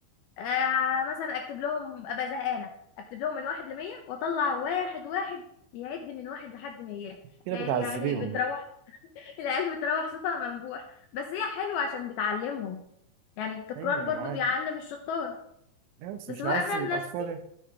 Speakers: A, on the left (about 75°); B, on the right (about 85°).
A: آه مثلا أكتب لهم أبقى زهقانة أكتب لهم من واحد لمية وأطلع واحد واحد يعد من واحد لحد مية
B: كده
A: لأن
B: بتعذبيهم
A: يعني بتروح
B: بقى
A: <laughs> العيال بتروح صوتها منبوح بس هي حلوة عشان بتعلمهم يعني التكرار
B: أيوة
A: برضو
B: أنا معاك
A: بيعلم الشطار
B: أيوة بس
A: بس
B: مش
A: بقى
B: نعذب
A: انا
B: الأطفال
A: نفسي
B: يعني.